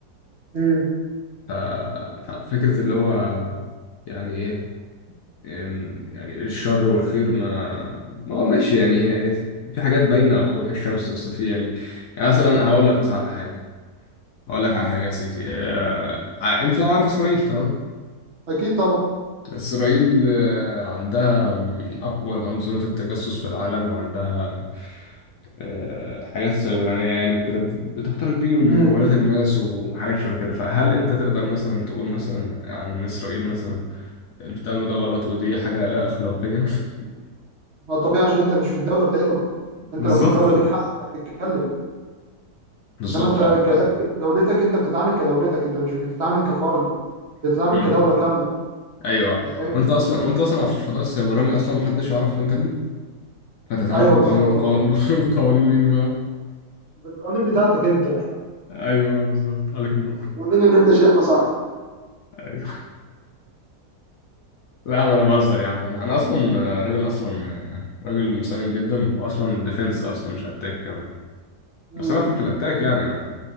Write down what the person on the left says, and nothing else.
ف- ففكره اللي هو يعني ايه أم، يعني الشر والخير ما ما هو ماشي يعني هي- في حاجات باينة وضوح الشمس بس في يعني يعني مثلا هقول لك مثلا على حاجة هقول لك على حاجة يا سيدي آه، ع- انت لو عارف اسرائيل تمام
اسرائيل آه، عندها م، اقوى انظمة التجسس في العالم وعندها آه، حاجات سيبرانية يعني وكده بتخترق بيهم
موبايلات الناس وحاجات شبه كده فهل انت تقدر مثلا تقول مثلا عن اسرائيل مثلا اللي بتعمله ده غلط ودي حاجة لا اخلاقية <laughs>
بالظبط
بالظبط
اه
ف...
مم.
ايوه
وانت اصلا وانت اصلا في الفضاء السيبراني اصلا محدش يعرف انت مين فتتعامل
بقانون قو- <laughs> بقوانين مين بقى
ايوه بالظبط عليك نور
ايوه لا انا بهزر يا عم انا انا اصلا آه، راجل اصلا آه، راجل مسالم جدا واصلا ديفنس اصلا مش اتاك كمان
بس انا افهم في الاتاك يعني